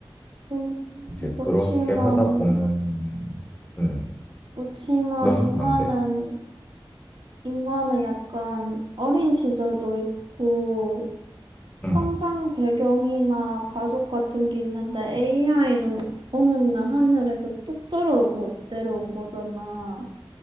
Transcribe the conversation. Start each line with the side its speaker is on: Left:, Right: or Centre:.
Right: 음,
Left: 이제
Right: 그렇지만.
Left: 그렇게 하다 보면, 음,
Right: 그렇지만
Left: 너는
Right: 인간은
Left: 안 돼?
Right: 인간은 약간 어린 시절도 있고
Left: 응.
Right: 성장 배경이나 가족 같은 게 있는데 AI는 어느 날 하늘에서 뚝 떨어져 내려온 거잖아.